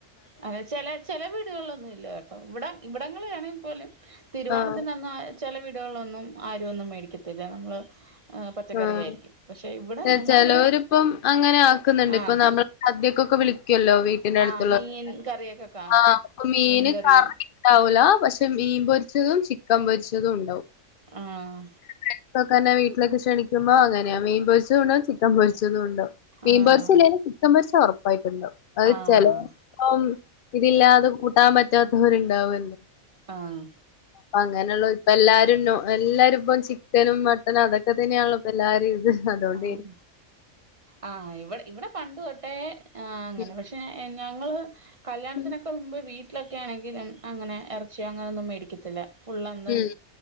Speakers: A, on the right; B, on the left.
A: അതെ ചെലേ ചെലെ വീടുകൾളൊന്നും ഇല്ല കേട്ടോ ഇവിട ഇവിടങ്ങള ആണെ പോലും തിരുവോണത്തിനന്ന്
B: ആഹ്
A: ചെലെ വീടുകൾലൊന്നും ആരും ഒന്നും മേടിക്കത്തില്ല നമ്മള് പച്ചക്കറി
B: ആഹ്
A: ആയിരിക്കും പക്ഷെ ഇവിടെ ഞങ്ങടെ
B: ചെലോരിപ്പം
A: ഇവിടെ
B: അങ്ങനെ ആക്കുന്നുണ്ട് ഇപ്പൊ
A: ആഹ്
B: നമ്മൾ സദ്യക്കൊക്കെ വിളിക്ക്യോല്ലോ വീട്ടിന്റെ അടുത്തുള്ളടെ
A: ആഹ് മീൻ കറിയൊക്കെ കാണും
B: ആഹ് അപ്പൊ മീന്
A: മീൻകറിയും
B: കറി ണ്ടാവൂല പക്ഷെ മീൻ പൊരിച്ചതും ചിക്കൻ പൊരിച്ചതും ഉണ്ടാവും
A: ആഹ്
B: ഫ്രെണ്ട്സ് ഒക്കെ എന്നെ <inaudible> വീട്ടിലൊക്കെ ക്ഷണിക്കുമ്പോ അങ്ങനെയാ മീൻ പൊരിച്ച ഉണ്ടാവും ച്ചി ക്കൻ പൊരിച്ചതും ഉണ്ടാവും മീൻ
A: ആഹ്
B: പൊരിച്ച ഇല്ലേലും ചിക്കൻ പൊരിച്ച ഉറപ്പായിട്ടും ഉണ്ടാവും അത്
A: ആഹ്
B: ചെലേ പ്പം ഇതില്ലാതെ കൂട്ടാൻ പറ്റാത്തവരുണ്ടാവൊല്ലോ
A: അഹ് ആഹ്
B: പ്പങ്ങനെള്ളോൽ ഇപ്പ എല്ലാരും നൊ എല്ലാരും ഇപ്പ ചിക്കനും മട്ടനും അതൊ ഒക്കെ തന്നെയാണോപ്പൊ എല്ലാവാരും ഇത് അതുകൊണ്ടേരിക്കും
A: ആഹ് ആഹ് ഇവടെ ഇവടെ പണ്ട് തൊട്ടെ ആഹ് അങ്ങനെ
B: ഉം
A: പക്ഷ് ഏഹ് ഞങ്ങള് കല്യാണത്തിനൊക്കെ
B: ഉം
A: മുമ്പ് വീ ട്ടിലൊക്കെ ആണെങ്കി അങ്ങനെ ഇറച്ചിയോ അങ്ങനൊന്നും മേടിക്കത്തില്ല ഫുള്ളന്ന്
B: ഉം